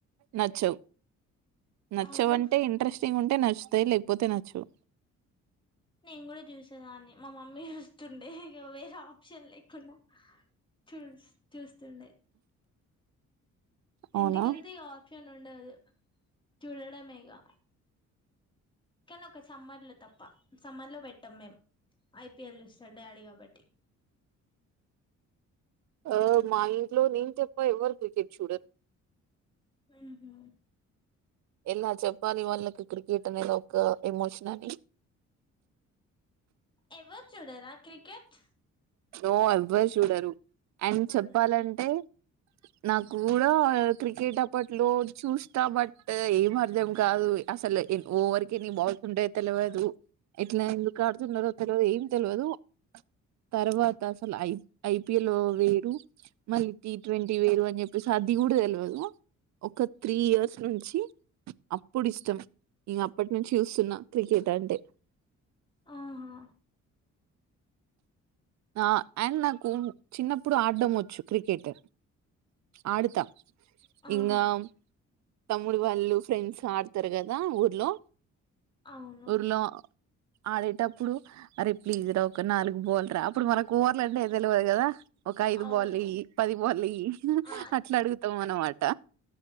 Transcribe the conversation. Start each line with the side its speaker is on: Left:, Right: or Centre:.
Right: నచ్చవు. నచ్చవంటే
Left: అవును
Right: ఇంట్రెస్టింగ్. నచ్చుతాయి లేకపోతే నచ్చువు.
Left: నేను కూడా చూసేదాన్ని మా మమ్మీ చూస్తుంది. ఇగ వేరే ఆప్షన్ లేకుండే చూ చూస్తుండే,
Right: అవునా?
Left: ఇంటికి వెళ్తే ఆప్షన్ ఉండదు. చూడడమేగా కానీ ఒక సమ్మర్ లో తప్ప సమ్మర్ లో పెట్టాం మేము ఐపీఎల్ చూస్తాం డాడీ కాబట్టి
Right: ఆ మా ఇంట్లో నేను తప్ప ఎవ్వరు క్రికెట్ చూడరు.
Left: ఉహూ
Right: ఎలా చెప్పాలి. వాళ్ళకి క్రికెట్ అనేది ఒక ఎమోషన్ అని
Left: ఎవరు చూడరా. క్రికెట్
Right: నో ఎవ్వరు చూడరు. అండ్ చెప్పాలంటే,
Left: అదే
Right: నాకు కూడా క్రికెట్ అప్పట్లో చూస్తా బట్ ఏం అర్థం కాదు అసలే ఎ ఓవరికి ఎన్ని బాల్స్ ఉంటాయో తెలవదు. ఎట్లా ఎందుకు ఆడుతున్నారో తెలవదు ఏం తెలవదు. తర్వాత అసలు ఐ ఐపిఎల్ వేరు మళ్ళీ టీ ట్వంటీ వేరు అని చెప్పేసి అది కూడా తెలవదు. ఒక త్రీ ఇయర్స్ నుంచి అప్పుడు ఇష్టం ఇగ అప్పటి నుంచి చూస్తున్నా క్రికెట్ అంటే
Left: ఆహా
Right: ఆ అండ్ నాకు చిన్నప్పుడు ఆడడం వచ్చు క్రికెట్ ఆడుతా
Left: ఆహా
Right: ఇంగామ్ తమ్ముడు వాళ్ళు ఫ్రెండ్స్ ఆడతరు కదా ఊర్లో
Left: అవును
Right: ఊర్లో ఆడేటప్పుడు అరే ప్లీజ్ రా ఒక నాలుగు బాల్ రా అప్పుడు మనకు ఓవర్లు అంటే తెలవదు కదా ఒక ఐదు
Left: అవును
Right: బాల్ ఇయ్యి పది బాల్ ఇయ్యి
Left: ఆ
Right: అట్లా అడుగుతాం అనమాట